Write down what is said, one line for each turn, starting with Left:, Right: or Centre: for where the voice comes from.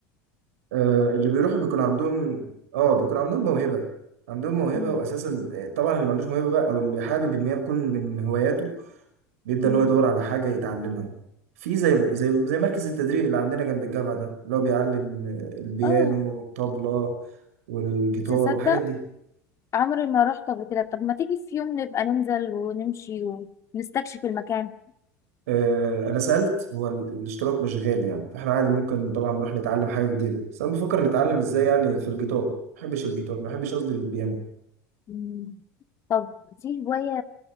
Right: آه، اللي بيروحوا بيكون عندهم اه بيكون عندهم موهبة عندهم موهبة
Left: مم.
Right: واساسا آه، طبعا اللي ما عندوش موهبة بقى او اللي حابب ان هي تكون من هواياته بيبدأ
Left: مم.
Right: ان هو يدور على حاجة يتعلمها في زي زي زي مركز التدريب اللي عندنا جنب الجامعة ده اللي هو بيعلم آه، البيانو
Left: اه
Right: والطبلة والجيتار
Left: مش هتصدق
Right: والحاجات دي
Left: عمري ما رحت قبل كده طب ما تيجي في يوم نبقى ننزل ونمشي ونستكشف المكان
Right: آه، انا سألت هو ال- الاشتراك مش غالي يعني فاحنا عادي ممكن طبعا نروح نتعلم حاجة جديدة بس انا بفكر نتعلم ازاي يعني في الجيتار ما بحبش الجيتار ما بحبش قصدي البيانو
Left: مم. طب في هواية